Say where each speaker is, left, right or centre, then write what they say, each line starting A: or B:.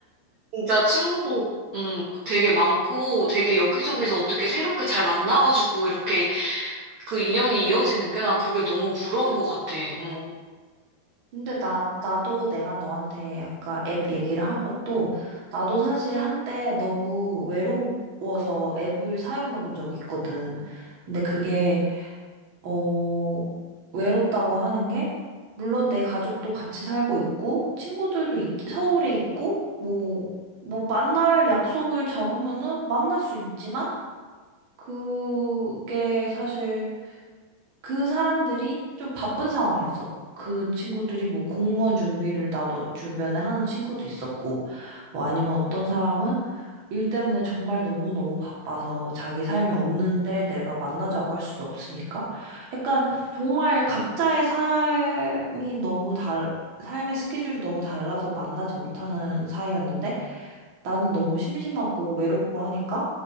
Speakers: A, on the right; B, on the right.
A: 진짜 친구도, 음, 되게 많고, 되게 여기저기서
B: 음.
A: 어떻게 새롭게 잘 만나가지고, 이렇게 그 인연이 이어지는 게 난 그게 너무 부러운 것 같아. 어.
B: 근데 나, 나도 내가 너한테 아까 앱 얘기를 한 것도 나도 사실 한때 너무 외로워서 앱을 사용해 본 적이 있거든. 근데 그게 어, 외롭다고 하는 게, 물론 내 가족도 같이 살고 있고, 친구들도 있, 서울에 있고, 뭐, 뭐, 만날 약속을 잡으면은 만날 수 있지만, 그게 사실 그 사람들이 좀 바쁜 상황이었어. 그 친구들이 뭐 공무원 준비를 나도 주변에 하는 친구도 있었고, 뭐 아니면 어떤 사람은 일 때문에 정말 너무너무 바빠서 자기 삶이 없는데 내가 만나자고 할 수도 없으니까 약간 정말 각자의 삶이 너무 달, 삶의 스케줄이 너무 달라서 만나지 못하는 사이였는데 나는 너무 심심하고 외롭고 하니까